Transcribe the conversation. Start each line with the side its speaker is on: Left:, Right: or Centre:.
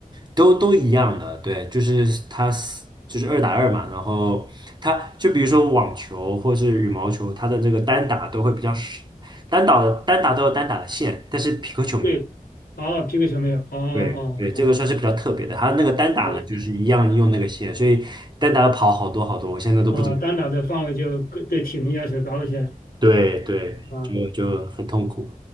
Right: 都都一样的，对，就是它是就是二打二嘛，然后它就比如说网球或是羽毛球，它的这个单打都会比较少，单打的单打都有单打的线，但是匹克球没有。
Left: 对，哦，皮克球没有，哦哦哦
Right: 对对，这个算是比较特别的，它那个单打呢，
Left: 哦
Right: 就是一样用那个线，所以单打跑好多好多，我现在都不怎么。
Left: 哦，单打的范围就更对体能要求高一些。
Right: 对对，
Left: 啊，
Right: 就就很痛苦。